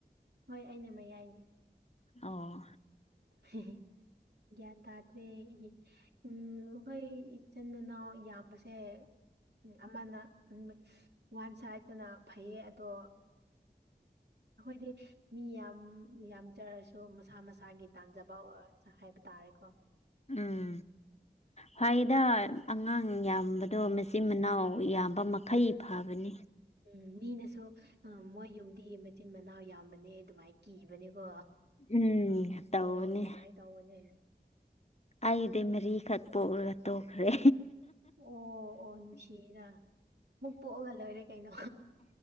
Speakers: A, on the right; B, on the left.
A: ꯍꯣꯏ ꯑꯩꯅ ꯃꯌꯥꯏꯅꯦ
B: ꯑꯣ
A: ꯍꯦ ꯍꯦ ꯒ꯭ꯌꯥꯟ ꯇꯥꯗ꯭ꯔꯦ ꯎꯝ ꯈꯣꯏ ꯏꯆꯟ ꯃꯅꯥꯎ ꯌꯥꯝꯕꯁꯦ ꯎꯝ ꯑꯃꯅ ꯎ ꯋꯥꯟ ꯁꯍꯥꯏꯗꯅ ꯐꯩꯌꯦ ꯑꯗꯣ ꯑꯩꯈꯣꯏꯗꯤ ꯃꯤ ꯌꯥꯝ ꯌꯥꯝꯓꯔꯁꯨ ꯃꯁꯥ ꯃꯁꯥꯒꯤ ꯇꯥꯟꯖꯕ ꯍꯥꯏꯕ ꯇꯥꯔꯦꯀꯣ
B: ꯎꯝ ꯐꯏꯗ ꯑꯉꯥꯡ ꯌꯥꯝꯕꯗꯣ ꯃꯆꯤꯟ ꯃꯅꯥꯎ ꯌꯥꯝꯕ ꯃꯈꯩ ꯐꯕꯅꯤ
A: ꯎꯝ ꯃꯤꯅꯁꯨ ꯎ ꯃꯣꯏ ꯌꯨꯝꯗꯤ ꯃꯆꯤꯟ ꯃꯅꯥꯎ ꯌꯥꯝꯕꯅꯦ ꯑꯗꯨꯃꯥꯏ ꯀꯤꯕꯅꯦꯀꯣ
B: ꯎꯝ ꯇꯧꯕꯅꯦ
A: ꯑꯣ ꯑꯗꯨꯃꯥꯏ ꯇꯧꯕꯅꯦ
B: ꯑꯩꯗꯤ ꯃꯔꯤꯈꯛ ꯄꯣꯛꯔꯒ ꯇꯣꯛꯈ꯭ꯔꯦ
A: ꯑꯣ ꯑꯣ ꯅꯨꯡꯁꯤꯗꯥ ꯑꯃꯨꯛ ꯄꯣꯛꯑꯒ ꯂꯣꯏꯔꯦ ꯀꯩꯅꯣ